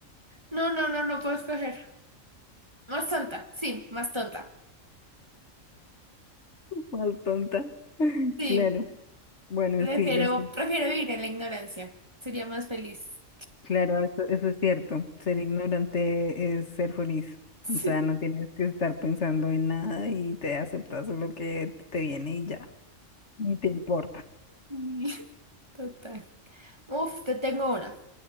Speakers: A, on the right; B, on the left.
A: no, no, no, no puedo escoger. Más tonta, sí, más tonta.
B: más tonta. <laughs>
A: Sí,
B: Claro. Bueno,
A: prefiero,
B: sí, los tontos.
A: prefiero vivir en la ignorancia. Sería más feliz.
B: Claro, eso, eso es cierto. Ser ignorante es ser feliz.
A: <laughs>
B: O sea, no tienes que estar pensando en nada y te aceptas lo que te viene y ya. Ni te importa.
A: Sí, total. Uf, te tengo una,